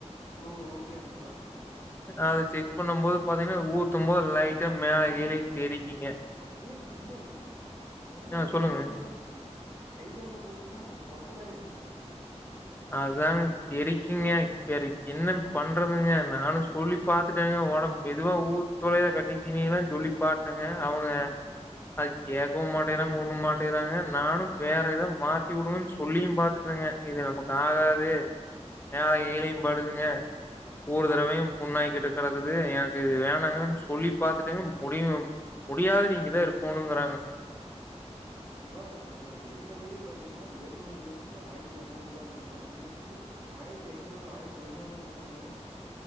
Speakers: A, on the right; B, on the left.
A: ஓ ஓகே நண்பா
B: அத செக் பண்ணும் போது பாத்தீங்கன்னா ஊத்தும் போது லைட்டா மேல கீழயும் தெரிக்கீங்க
A: ஏ நண்பா நண்பா
B: ஆ சொல்லுங்க
A: என்ன சொல்றீங்க கை கால்ல போயிடுச்சீன்னா பொத்தலாயிருங்களை
B: அதாங் தெரிக்குங்க வேற என்ன பண்றதுங்க நானு சொல்லி பாத்துட்டேங்க ஒட மெதுவா ஊத்துளைய கட்டி தீனீல்லா சொல்லி பாட்டேங்க அவங்க அது கேட்க்கவு மாட்டேறாங்க ஒன்னு மாட்டேறாங்க நானு வேற எதாது மாத்தி உடுங்கன்னு சொல்லியும் பாத்துட்டேங்க இது நமக்கு ஆகாது மேலயு கீழயு படுதுங்க ஒரு தடவையு புண்ணாய்க்கிட்டு கெடக்குது எனக்கு இது வேணாங்கன்னு சொல்லி பாத்துட்டேங்க முடியு முடியாது நீ இங்க தா இருக்கோணுங்கிறாங்க
A: நண்பா இப்ப எரிமலையே பாத்தீங்கன்னா ஏழுநூறுல இருந்து ஆயிரத்தி எருநூறுதா நண்பா நீங்க சொல்றது ஆயிரத்தி ஐநூறு ஆயிரத்தி எழநூறுன்னு சொல்றீங்க